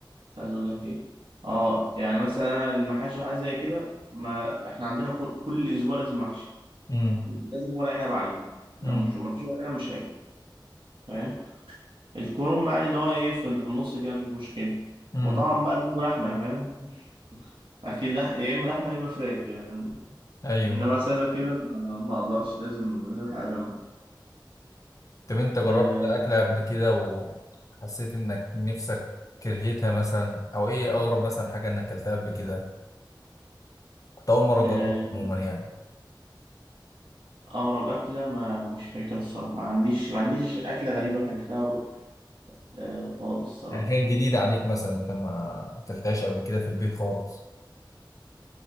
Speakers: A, on the right (about 75°); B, on the left (about 40°).
A: كنت عايز اقول لك ايه اه يعني مثلا أنا المحاشي وحاجات زي كده ما احنا عندنا كل كل اسبوع لازم محشي
B: امم
A: لازم ورق عنب عليه لو
B: امم
A: مش ما فيش ورق عنب مش هيبقى فاهم الكرنب بقى اللي هو ايه في في النص كده مفيش مشكلة
B: امم
A: وطبعا بقى جنبه لحمة فاهم أكيد لح... يا إما لحمة يا إما فراخ يعني
B: أيوه
A: إنما سادة كده ما ما أقدرش لازم لازم حاجة جنبه
B: طب أنت جربت
A: آه،
B: أكلة قبل كده وحسيت إنك نفسك كرهتها مثلا أو إيه أغرب مثلا حاجة إنك أكلتها قبل كده؟ كنت أول مرة جربت
A: آه.
B: عموما يعني
A: أغرب أكلة ما مش فاكر الصراحة ما عنديش ما عنديش أكلة غريبة أكلتها آه خالص الصراحة
B: يعني كانت جديدة عليك مثلا أنت ما أكلتهاش قبل كده في البيت خالص